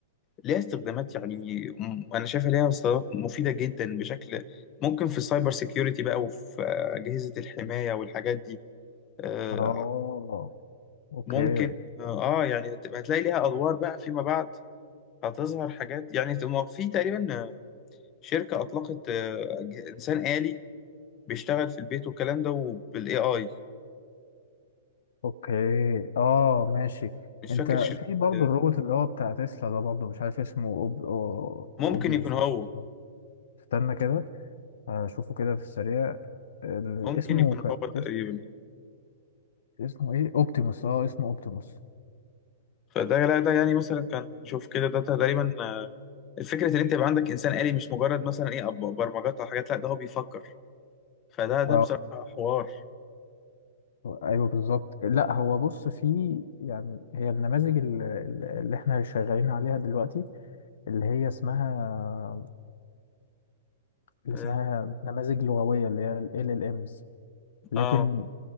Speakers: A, on the left (about 30°); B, on the left (about 65°).
A: ليها استخدامات يعني م- أنا شايفها ليها استخدامات مفيدة جدا بشكل ممكن في السايبر سيكيورتي بقى وفي آه، أجهزة الحماية والحاجات دي آه،
B: اه اوكي
A: ممكن آه آه، يعني هت- هتلاقي ليها أدوار بقى فيما بعد هتظهر حاجات يعني تبقى- في تقريبا آه، شركة آه، أطلقت آه، ج- إنسان آلي بيشتغل في البيت والكلام ده وبال AI
B: اوكي اه ماشي
A: مش
B: انت
A: فاكر شركة
B: في برضه
A: آه،
B: الروبوت اللي هو بتاع تسلا ده برضه مش عارف اسمه أوب... أو-
A: ممكن
B: اوبيوس
A: يكون هو
B: ولا اسمه استنى كده اشوفه كده في السريع ال-
A: ممكن
B: اسمه
A: يكون
B: ك...
A: هو
B: اس...
A: تقريبا
B: اسمه ايه اوبتيموس اه اسمه اوبتيموس
A: فده لا ده يعني مثلا كان شوف كده ده تقريبا آه، الفكرة ان انت يبقى عندك انسان آلي مش مجرد مثلا ايه أب- برمجات او حاجات لا ده هو بيفكر فده ده
B: اه
A: بصراحة حوار
B: ايوه بالظبط لا هو بص في يعني هي النماذج ال- ال- اللي احنا شغالين عليها دلوقتي اللي هي اسمها اللي
A: اه
B: اسمها نماذج لغوية اللي هي ال LLMs لكن
A: اه